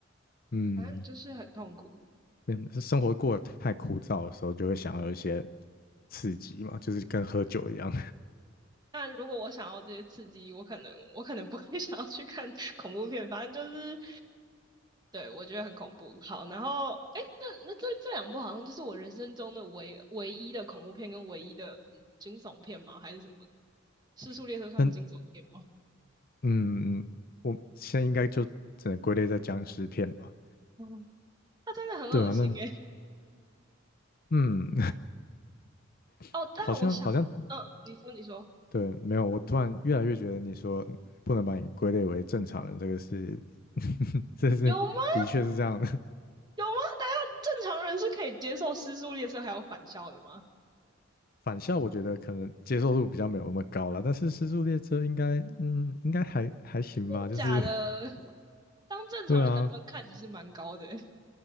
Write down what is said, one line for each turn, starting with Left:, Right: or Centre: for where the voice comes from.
Left: 嗯，
Right: 反正就是很痛苦。
Left: 嗯是生活过得太枯燥的时候，就会想要有一些刺激嘛，就是跟喝酒一样。
Right: 那如果我想要这些刺激，我可能我可能不会 <laughs> 想要去看 <laughs> 恐怖片，反正就是对我觉得很恐怖。好，然后哎，诶那那这这两部好像就是我人生中的唯唯一的恐怖片跟唯一的嗯惊悚片吗？还是什么？《失速列车》算惊悚片吗？
Left: <laughs> 那嗯，我现在应该就只能归类在僵尸片吧？
Right: <laughs> 嗯，它真的很恶心诶、
Left: 对啊，那嗯，<laughs>
Right: 哦，但我想，
Left: 好像好像
Right: 嗯，你说你说
Left: 对，没有，我突然越来越觉得你说不能把你归类为正常人，这个是，<laughs> 这是的确是这样的。
Right: 有吗？
Left: <laughs>
Right: 有吗？大家正常人是可以接受失速列车还有返校的吗？
Left: 返校我觉得可能接受度比较没有那么高了，但是《失速列车》应该，嗯，应该还还行吧。就是
Right: 假的，
Left: <laughs>
Right: 当正常人的门槛其实蛮高的欸、
Left: 对啊，